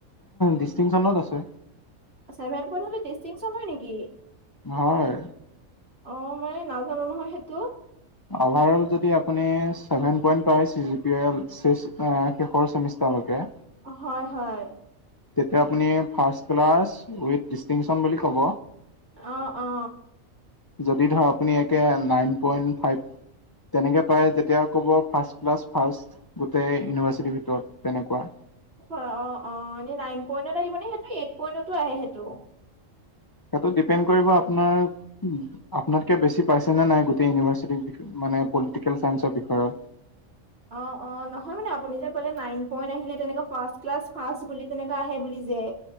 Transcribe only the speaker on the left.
ডিষ্টিংশ্যনত আছে?
হয়।
অভাৰ অল যদি আপুনি ছেভেন পইণ্ট পায়, চি জি পি চেছ এ শেষৰ চেমিষ্টাৰলেকে
তেতিয়া আপুনি ফাষ্ট ক্লাছ উইথ ডিষ্টিংশ্যন বুলি ক'ব।
যদি ধৰ আপুনি একে নাইন পইণ্ট ফাইপ তেনেকে পায়, যেতিয়া ক'ব ফাৰ্ষ্ট ক্লাছ ফাৰ্ষ্ট, গোটেই ইউনিভাৰ্চিটিৰ ভিতৰত তেনেকুৱা।
সেইটো ডিপেণ্ড কৰিব আপোনাৰ আপোনাতকে বেছি পাইছে নে নাই গোটেই ইউনিভাৰ্চিটিৰ ভিত মানে পলিটিকেল চাইঞ্চৰ বিষয়ত।